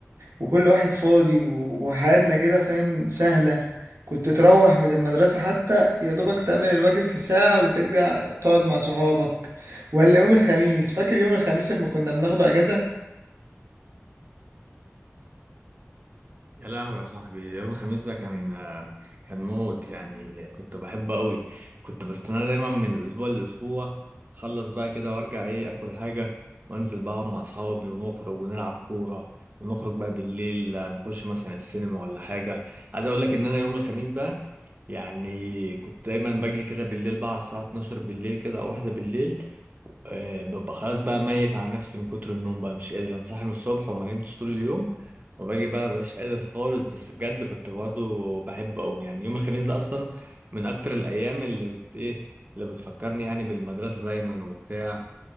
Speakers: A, on the right; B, on the right.
A: وكل واحد فاضي و- وحياتنا كده فاهم سهلة كنت تروح من المدرسة حتى يا دوبك تعمل الواجب في ساعة وترجع تقعد مع صحابك ولا يوم الخميس فاكر يوم الخميس لما كنا بناخده أجازة؟
B: يا لهوي يا صاحبي ده يوم الخميس ده كان آه، كان موت يعني كنت بحبه قوي كنت بستناه دايما من الاسبوع للاسبوع اخلص بقى كده وارجع ايه اكل حاجه وانزل بقى اقعد مع اصحابي ونخرج ونلعب كوره ونخرج بقى بالليل آه، نخش مثلا السينما ولا حاجه عايز اقول لك ان انا يوم الخميس ده يعني كنت دايما باجي كده بالليل بقى على الساعه 12 بالليل كده او واحده بالليل آه، ببقى خلاص بقى ميت على نفسي من كتر النوم بقى مش قادر انا صاحي من الصبح وما نمتش طول اليوم وباجي بقى مبقاش قادر خالص بس بجد كنت برضه بحبه قوي يعني يوم الخميس ده اصلا من اكتر الايام اللي بت ايه اللي بتفكرني يعني بالمدرسه دايما وبتاع